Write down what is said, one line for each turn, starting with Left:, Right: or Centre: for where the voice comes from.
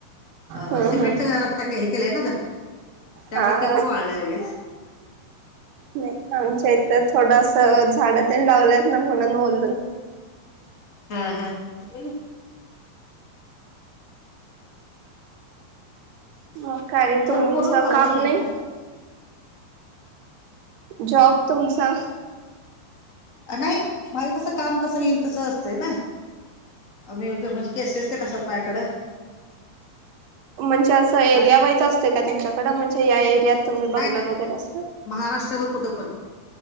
Left: अ ब
Right: हम्म
Left: सिमेंट
Right: हम्म
Left: तर आता हे केलय ना ग त्यामुळ
Right: हा
Left: ते
Right: हा
Left: पण वाळल लगेच.
Right: नाही आमच्या इथ थोडंस झाड ते लावलेत ना म्हणून बोल
Left: हा हा <unintelligible> त्या
Right: मग काय रे तुमचं
Left: नं फोटवर बलालय
Right: काम
Left: की <unintelligible>
Right: नाही? जॉब तुमचा
Left: अ नाही माझ कस काम कसं येईल तस असतंय ना आम्ही म्हणजे केसेस तेनं असतात माझ्याकडं
Right: म्हणजे असं एरिया
Left: बाकी
Right: वाईज असत का तुमच्याकड म्हणजे या एरियात तुम्ही
Left: नाही
Right: बघणार
Left: नाही
Right: वगैरे अस
Left: महाराष्ट्रभर कुठं पण